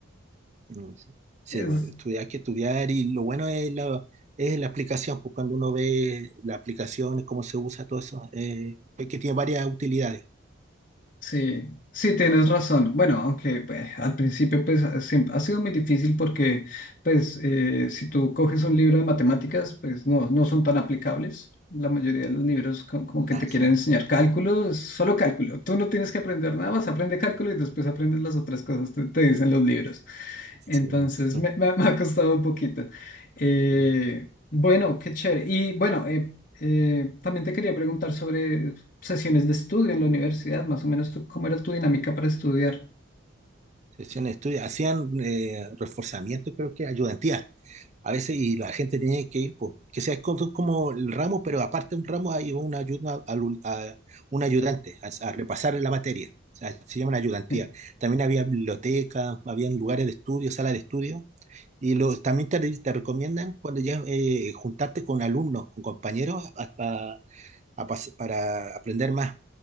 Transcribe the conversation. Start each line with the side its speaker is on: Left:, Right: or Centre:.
Right: mm, sí, Sí,
Left: Es,
Right: bueno, estudiar, hay que estudiar, y lo bueno es la, es la aplicación, pues cuando uno ve la aplicación, cómo se usa todo eso, eh, pues que tiene varias utilidades.
Left: Sí, sí, tienes razón. Bueno, aunque pues, al principio pues, ha, siem- ha sido muy difícil porque pues, eh, si tú coges un libro de matemáticas, pues no, no son tan aplicables. La mayoría de los libros co- como que
Right: Ah,
Left: te quieren
Right: sí.
Left: enseñar cálculo, es solo cálculo. Tú no tienes que aprender nada más, aprende cálculo y después aprendes las otras cosas, te, te dicen los libros.
Right: Sí,
Left: Entonces
Right: ujú,
Left: me, me ha me ha costado un poquito. Eh,
Right: sí.
Left: bueno, qué chévere. Y bueno, eh, eh, también te quería preguntar sobre sesiones de estudio en la universidad, más o menos tú, cómo era tu dinámica para estudiar.
Right: Hacían estudios, hacían eh, reforzamiento, creo que ayudantía. A veces, y la gente tenía que ir, pues, que sea como como el ramo, pero aparte de un ramo hay una ayuda, al- a, un ayudante a, a repasar la materia. O sea, se llama ayudantía.
Left: Sí.
Right: También había biblioteca, habían lugares de estudio, sala de estudio. Y lo, también te, te recomiendan cuando ya eh, juntarte con alumnos, con compañeros, hasta, a pas- para aprender más